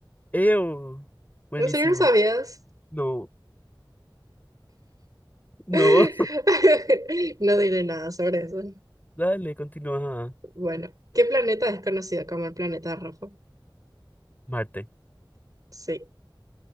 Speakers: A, on the left (about 20°); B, on the right (about 45°).
A: ¡Ew! Buenísimo.
B: ¿en serio no sabías?
A: no, No,
B: <laughs>
A: <laughs>
B: No diré nada sobre eso.
A: dale, continúa.
B: Bueno, ¿qué planeta es conocido como el planeta rojo?
A: Marte.
B: Sí.